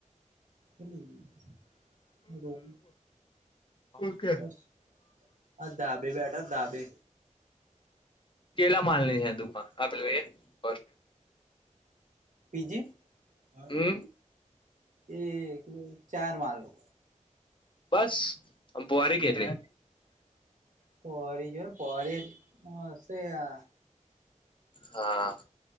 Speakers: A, on the right; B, on the left.
A: એની રોમ
B: ઓકે
A: બસ આ ધાબે બેઠા ધાબે.
B: કેલા માલ ની હે દુકાન આપે <unintelligible>
A: પી. જી. હલો.
B: હમ
A: એ એક બે ચાર માલો
B: બસ આમ પોહરી કેટલી.
A: પોળી જો ન પોળી હશે આ
B: હા.